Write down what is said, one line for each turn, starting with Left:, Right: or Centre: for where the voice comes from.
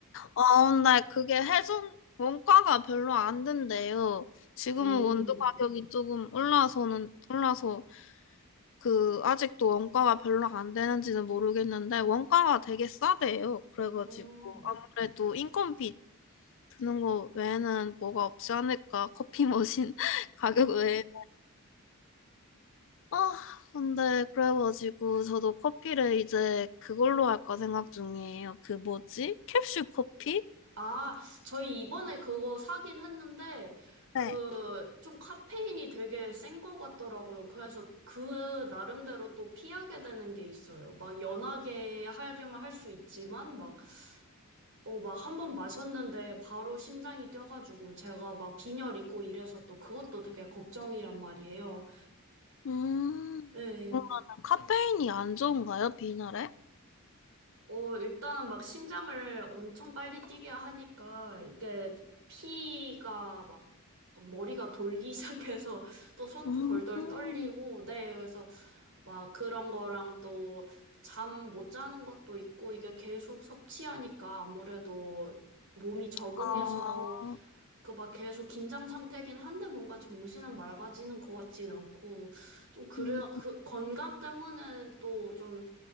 Left: 아, 근데 그게 해손 원가가 별로 안 된대요. 지금은
Right: 어.
Left: 원두 가격이 조금 올라서는, 올라서, 그, 아직도 원가가 별로 안 되는지는 모르겠는데, 원가가 되게 싸대요. 그래가지고,
Right: 음.
Left: 아무래도 인건비 드는 거 외에는 뭐가 없지 않을까. 커피 머신 <laughs> 가격 외에. 아, 근데 그래가지고, 저도 커피를 이제 그걸로 할까 생각 중이에요. 그 뭐지? 캡슐 커피?
Right: 아, 저희 이번에 그거 사긴 했는데, 그,
Left: 네.
Right: 좀 카페인이 되게 센 것 같더라고요. 그래서 그 나름대로 또 피하게 되는 게 있어요. 막 연하게 하려면 할 수 있지만, 막, 어, 막 한번 마셨는데 바로 심장이 뛰어가지고 제가 막 빈혈 있고 이래서 또 그것도 되게 걱정이란 말이에요.
Left: 음,
Right: 예.
Left: 그러면 카페인이 안 좋은가요, 비나래?
Right: 어, 일단은 막 심장을 엄청 빨리 뛰게 하니까 이게 피가 막 머리가 돌기 <laughs> 시작해서 또 손도
Left: 음,
Right: 덜덜 떨리고, 네, 그래서 막 그런 거랑 또 잠 못 자는 것도 있고 이게 계속 섭취하니까 아무래도 몸이 적응해서
Left: 아,
Right: 그 막 계속 긴장 상태긴 한데 뭔가 정신은 맑아지는 것 같진 않고 좀 그래
Left: 음,
Right: 그 건강 때문에 또좀